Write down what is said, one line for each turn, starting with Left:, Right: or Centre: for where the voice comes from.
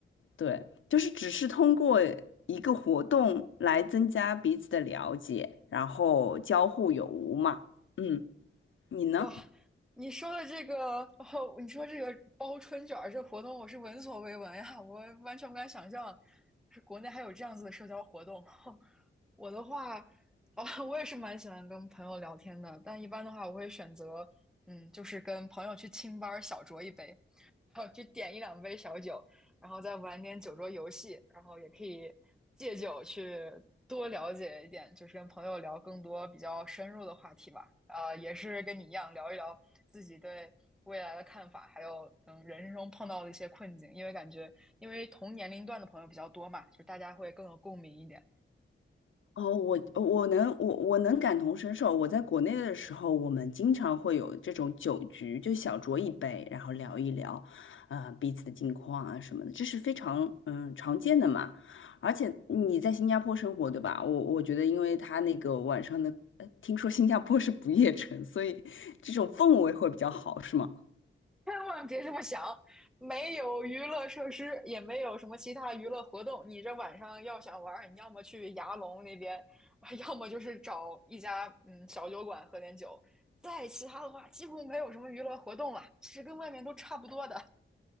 Left: 对，就是只是通过一个活动来增加彼此的了解，然后交互有无嘛。嗯，你呢？
Centre: 哇，你说的这个，哦，你说这个包春卷儿这活动，我是闻所未闻呀，<laughs> 我完全不敢想象，就是国内还有这样子的社交活动。<laughs> 我的话，哦，我也是蛮喜欢跟朋友聊天的，但一般的话，我会选择，嗯，就是跟朋友去清吧儿小酌一杯，<laughs> 然后就点一两杯小酒。然后再玩点酒桌游戏，然后也可以借酒去多了解一点，就是跟朋友聊更多比较深入的话题吧。啊，也是跟你一样聊一聊自己对未来的看法，还有嗯人生中碰到的一些困境，因为感觉因为同年龄段的朋友比较多嘛，就大家会更有共鸣一点。
Left: 哦，我我能我我能感同身受。我在国内的时候，我们经常会有这种酒局，就小酌一杯，然后聊一聊，啊，彼此的近况啊什么的，这是非常嗯常见的嘛。而且你在新加坡生活，对吧？我我觉得，因为他那个晚上的，呃听说新加坡是不夜城，所以这种氛围会比较好，是吗？
Centre: <laughs> 千万别这么想，没有娱乐设施，也没有什么其他娱乐活动。你这晚上要想玩你要么去牙龙那边，<laughs> 要么就是找一家嗯小酒馆喝点酒。再其他的话，几乎没有什么娱乐活动了，其实跟外面都差不多的。